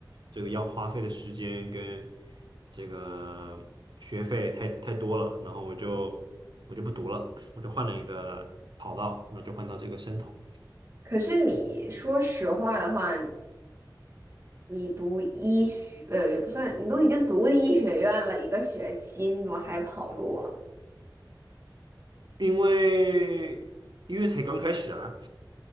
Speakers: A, on the right; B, on the right.
A: 这个要花费的时间跟这个学费太太多了，然后我就我就不读了，我就换了一个跑道，那就换到这个生统。
B: 可是你说实话的话，你读医学，呃，也不算，你都已经读医学院了一个学期，你怎么还跑路啊？
A: 因为因为才刚开始啊，